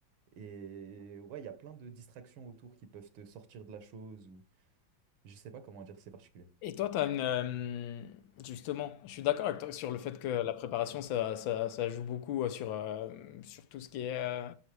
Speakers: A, on the right; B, on the left.
A: Et ouais, il y a plein de distractions autour qui peuvent te sortir de la chose ou je sais pas comment dire, c'est particulier.
B: Et toi, tu as une... euh, justement, je suis d'accord avec toi sur le fait que la préparation, ça, ça, ça joue beaucoup euh, sur, euh, sur tout ce qui est euh,